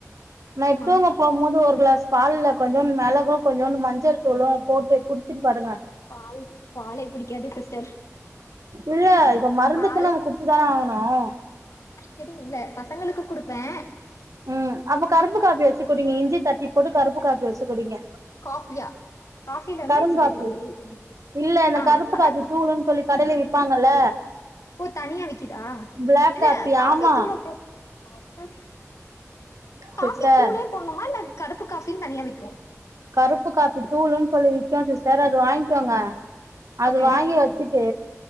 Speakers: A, on the right; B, on the left.
A: நைட்
B: ஆமா
A: தூங்க போ போது ஒரு கிளாஸ் பால்ல கொஞ்சோன் மிளகும் கொஞ்சோன் மஞ்சள் சொல்லொ
B: ஆ
A: போட்டு குடிச்சுட்டு படுங்க
B: பால் பாலே பிடிக்காது சிஸ்டர்
A: இல்ல இப்ப மருந்துக்குன்னு
B: பால்
A: அவ குத்துதான ஆகணும்
B: என்கிட்டே இல்ல பசங்களுக்கு குடுப்பேன்
A: ம் அப்ப கருப்பு காப்பி வச்சு குடீங்க இஞ்சி தட்டி போட்டு கருப்பு காப்பி வச்சு குடீங்க
B: காஃபியா காஃபில வந்து
A: கரும்
B: இஞ்சி
A: காப்பி
B: தட்டி போட்டு குடிப்பே
A: இல்ல இல்ல
B: ஆ
A: கருப்பு
B: அதா
A: காப்பி தூளுன்னு சொல்லி கடையில விப்பாங்கல்ல
B: ஓ தனியா விக்குதா
A: பிளாக்
B: இல்ல
A: காப்பி
B: காஃபி
A: ஆமா
B: தூள போட்ட
A: சிஸ்டர்
B: காஃபி தூளே போட்லாம்மா இல்ல கருப்பு காஃபின்னு தனியா விக்கும்
A: கருப்பு காப்பி தூளுன்னு சொல்லி விக்கூ சிஸ்டர் அது வாங்கிக்கோங்க அது
B: ஓகே
A: வாங்கி வச்சிட்டு